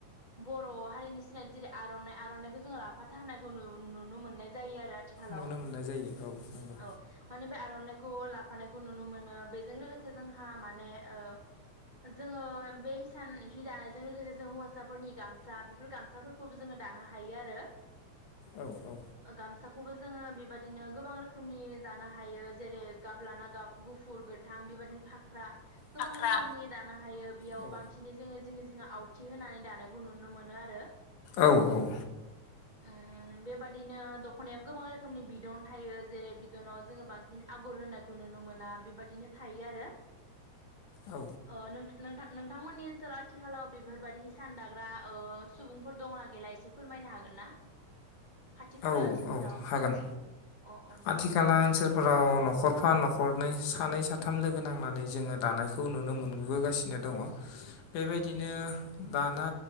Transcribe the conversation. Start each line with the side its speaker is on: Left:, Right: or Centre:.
Right: बर' हारिनि जेरै आर'नाइ आर'नाइखौ जोङो लाफाथारनायखौ नुनो मोननाय जायो आरो आथिखालाव
Left: नुनो मोननाय जायो औ नंगौ
Right: औ माने बे आरनाखौ लानायखौ नुनो मोनो बेजों लोगोसे जोंहा माने ओ जोङो बे हिसान जि दानाय बे जों लोगोसे जों हौवासाफोरनि गामसा बेफोर गामसाफोरखौबो जोङो दानो हायो आरो
Left: औ औ
Right: ओ गामसाखौबो जोङो बेबायदिनो गोबां रोखोमनि दानो हायो जेरै गाब लाना गाब गुफुर गोथां बेबादि फाख्रा
Left: फाख्रा
Right: गोबां रोखोम रोखोमनि दानो हायो बेयाव
Left: औ
Right: बांसिनै जोङो जों जोङो आवथि होनानै दानायखौ नुनो मोनो आरो।
Left: औ औ।
Right: आं बेबादिनो दख'नायाब गोबां रोखोमनि बिदन थायो जेरै बिदनाव जोङो बांसिन आगर होनायखौ नुनो मोना बेबादिनो थायो आरो।
Left: औ
Right: अ नों नोंथां नोंथांमोननि ओनसोलाव आथिखालाव बेफोरबादि सान दाग्रा सुबुंफोर दंना गैला एसे फोरमायनो हागोन ना। खाथि खाला
Left: औ
Right: ओनसोलफोराव
Left: औ हागोन
Right: अ अ नोंथां
Left: आथिखाला ओनसोल फोराव न'खरफा न'खरनै सानै साथाम लोगो नांनानै जोङो दानायखौ नुनो मोनबोगासिनो दङ बेबायदिनो
Right: औ औ
Left: दाना